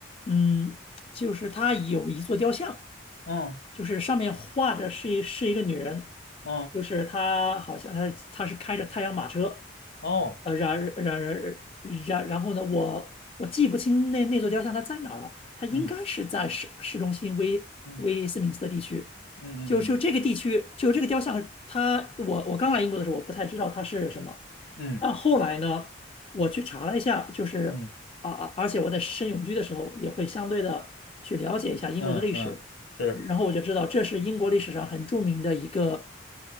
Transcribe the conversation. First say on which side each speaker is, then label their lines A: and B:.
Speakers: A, on the left; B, on the left.
A: 嗯，就是它有一座雕像，
B: 嗯
A: 就是上面画着是一是一个女人，
B: 嗯
A: 就是她好像她她是开着太阳马车，
B: 哦，
A: 呃，然然然然然后呢，我我记不清那那座雕像它在哪儿了，它应该是在市市中心威威斯敏斯特地区，
B: 嗯嗯嗯嗯
A: 就就这个地区，就这个雕像，它我我刚来英国的时候，我不太知道它是什么，
B: 嗯
A: 但后来呢，我去查了一下，就是啊啊，
B: 嗯
A: 而且我在申永居的时候也会相对的去了解一下英国的历史，
B: 嗯嗯，嗯是
A: 然后我就知道这是英国历史上很著名的一个